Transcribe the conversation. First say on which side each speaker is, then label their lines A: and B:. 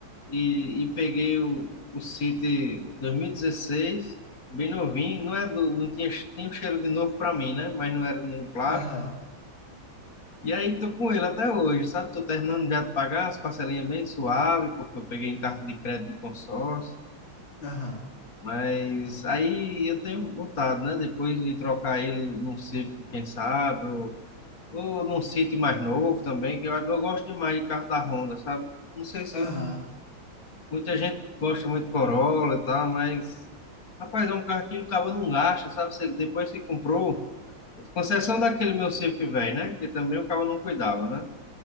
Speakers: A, on the left; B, on the left.
A: e, e peguei o, o City 2016, bem novinho, não é do, não tinha, tem um cheiro de novo para mim, né? Mas não era no plástico
B: Aham.
A: e aí tô com ele até hoje, sabe? Tô terminando já de pagar as parcelinhas bem suave, porque eu peguei em carta de crédito de consórcio.
B: Aham.
A: Mas aí eu tenho vontade, né? Depois de trocar ele num Civic, quem sabe, ou, ou num City mais novo também, que eu, eu gosto demais de carro da Honda, sabe? Não sei se
B: Aham.
A: muita gente gosta muito de Corolla e tal, mas... Rapaz, é um carro que o cabo não gasta, sabe? Você, depois que comprou, com exceção daquele meu Civic velho, né? Que também o cabo não cuidava, né?